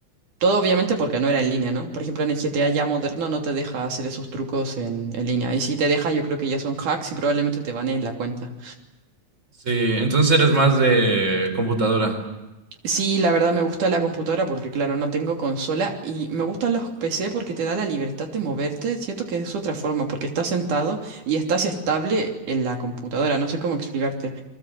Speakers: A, on the right; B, on the right.
A: Todo obviamente porque no era en línea, ¿no? Por ejemplo, en el GTA ya moderno no te deja hacer esos trucos en, en línea. Y si te deja, yo creo que ya son hacks y probablemente te baneen la cuenta.
B: Sí, entonces eres más de computadora.
A: Sí, la verdad me gusta la computadora porque, claro, no tengo consola. Y me gustan los PC porque te da la libertad de moverte. Siento que es otra forma, porque estás sentado y estás estable en la computadora. No sé cómo explicarte.